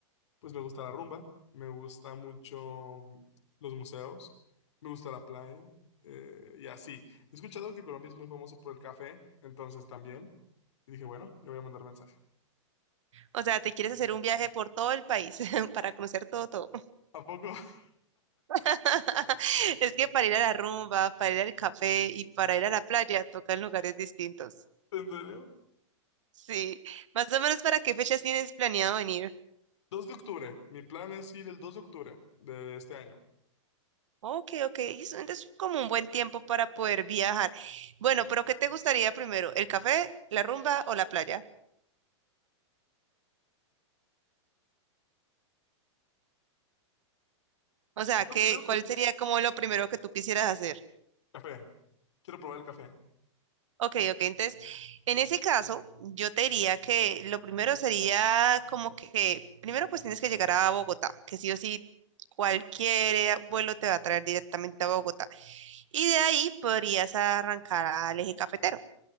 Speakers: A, on the left; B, on the right.
A: pues me gusta la rumba, me gusta mucho mm, los museos, me gusta la playa eh, y así. He escuchado que Colombia es muy famoso por el café, entonces también. Y dije, bueno, le voy a mandar mensaje.
B: O sea, ¿te quieres hacer un viaje por todo el país <laughs> para conocer todo, todo?
A: ¿A poco? <laughs>
B: <laughs> Es que para ir a la rumba, para ir al café y para ir a la playa tocan lugares distintos.
A: ¿En serio?
B: Sí, más o menos para qué fechas tienes planeado venir.
A: 2 de octubre. Mi plan es ir el 2 de octubre de este año.
B: Ok, ok, y eso- entonces es como un buen tiempo para poder viajar. Bueno, pero ¿qué te gustaría primero? ¿El café, la rumba o la playa? O sea,
A: Yo
B: ¿qué,
A: creo que...
B: cuál sería como lo primero que tú quisieras hacer?
A: Café. Quiero probar el café.
B: Ok, ok. Entonces, en ese caso, yo te diría que lo primero sería como que, primero pues tienes que llegar a Bogotá, que sí o sí cualquier vuelo te va a traer directamente a Bogotá. Y de ahí podrías arrancar al eje cafetero